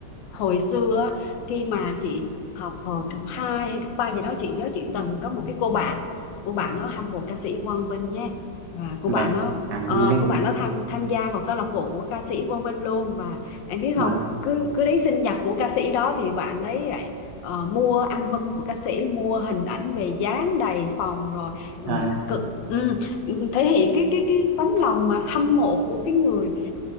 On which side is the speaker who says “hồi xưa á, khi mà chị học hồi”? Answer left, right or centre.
Left